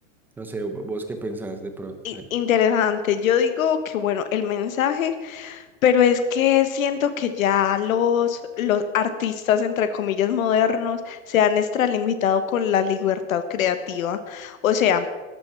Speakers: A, in the centre; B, on the left (about 80°).
A: No sé, vo- vos qué pensás de pronto
B: I-
A: ahí.
B: Interesante. Yo digo que, bueno, el mensaje, pero es que siento que ya los, los artistas, entre comillas, modernos, se han extralimitado con la libertad creativa. O sea,